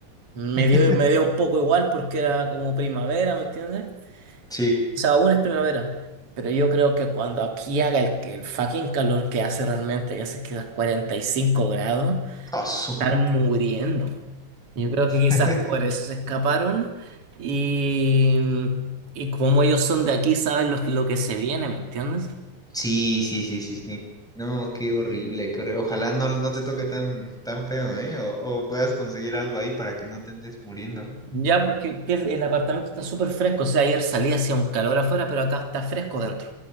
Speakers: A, on the right (about 45°); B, in the centre.
A: me
B: <laughs>
A: dio, me dio un poco igual porque era como primavera, ¿me entiendes?
B: sí.
A: O sea, aún es primavera. Pero yo creo que cuando aquí haga el, que- el fucking calor que hace realmente, que hace quizás 45 grados,
B: Ah, su.
A: estar muriéndome. Yo creo que quizás
B: <laughs>
A: por eso se escaparon y, y como ellos son de aquí, saben lo, que- lo que se viene, ¿me entiendes?
B: Sí, sí, sí, sí, sí. No, qué horrible, qué horri- Ojalá no, no te toque tan, tan feo, ¿eh? O, o puedas conseguir algo ahí para que no te andes muriendo.
A: Ya, porque el el apartamento está súper fresco. O sea, ayer salí hacía un calor afuera, pero acá está fresco dentro.